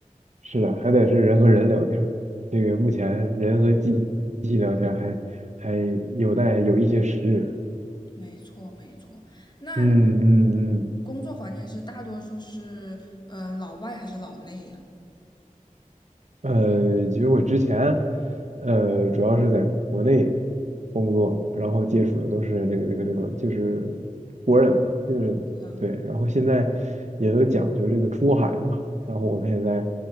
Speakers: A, on the right; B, on the left.
A: 是的，还得是人和人聊天儿这个目前人和机器聊天儿还还有待有一些时日。
B: 没错，没错。那你
A: 嗯嗯
B: 工作环境是大多数是，嗯、老外还是老内呀？
A: 嗯，呃，其实我之前，呃，主要是在国内工作，然后接触的都是这个这个这个，就是国人嘛，就是对，
B: 啊，
A: 然后现在也都讲究这个出海嘛，然后我们也在